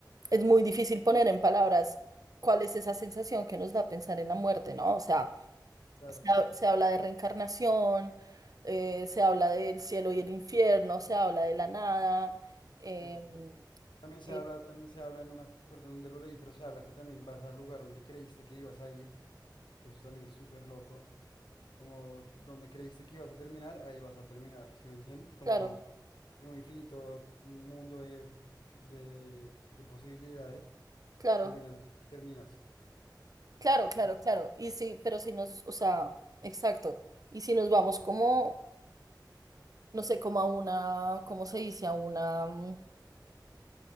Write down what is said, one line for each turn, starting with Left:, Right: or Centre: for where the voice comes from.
Right: es muy difícil poner en palabras cuál es esa sensación que nos da pensar en la muerte, ¿no? O sea,
Left: Claro.
Right: se, ha- se habla de reencarnación, eh, se habla del cielo y el infierno, se habla de la nada, em,
Left: Sí, t- También se
Right: y
Left: habla, también se habla, no me acuerdo dónde lo leí, pero se habla que también vas al lugar donde creíste que ibas a ir, que eso también es súper loco, como donde creíste que ibas a terminar, ahí vas a terminar, ¿sí me entiendes? Como
Right: claro,
Left: en un infinito mundo de, de, de posibilidades,
Right: claro,
Left: terminas, terminas,
Right: claro, claro,
Left: sí,
Right: claro, y sí, pero si nos, o sea, exacto. Y si nos vamos como no sé, como a una, ¿cómo se dice? A una, mm,